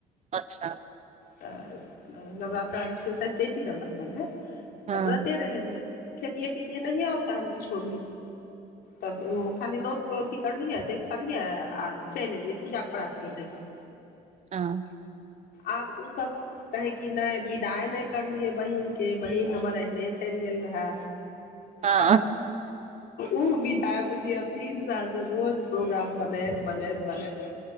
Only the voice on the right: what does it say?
अच्छा
हँ
हँ
हँ